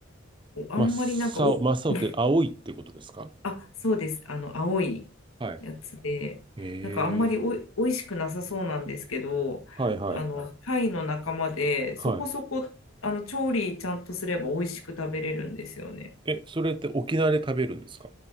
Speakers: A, on the left; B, on the right.
A: おあんまりなんかお、
B: 真っ青、真っ青って青いってことですか
A: <laughs> あ、そうです。あの、青い
B: はい。
A: やつで、
B: へ
A: なんかあんまりおい、
B: え。
A: おいしくなさそうなんですけど、
B: はいはい。
A: あの、貝の仲間で、
B: はい。
A: そこそこ、あの、調理ちゃんとすれば美味しく食べれるんですよね。
B: え、それって沖縄で食べるんですか